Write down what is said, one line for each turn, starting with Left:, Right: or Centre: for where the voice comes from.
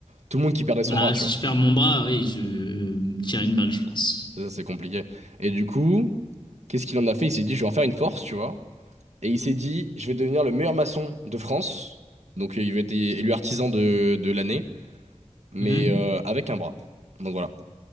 Right: tout le monde qui perdait son
Left: Bah
Right: bras, tu
Left: si
Right: vois.
Left: je perds mon bras, oui, je me tire une balle, je pense.
Right: Ça, ça, c'est compliqué. Et du coup, qu'est-ce qu'il en a fait? Il s'est dit, je vais en faire une force, tu vois. Et il s'est dit, je vais devenir le meilleur maçon de France. Donc euh, il va être é- élu artisan de, de l'année, mais
Left: Mhm.
Right: euh, avec un bras. Donc voilà.